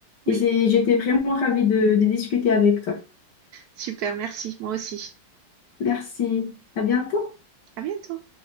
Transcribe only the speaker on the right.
Oui.
Super, merci. Moi aussi.
À bientôt.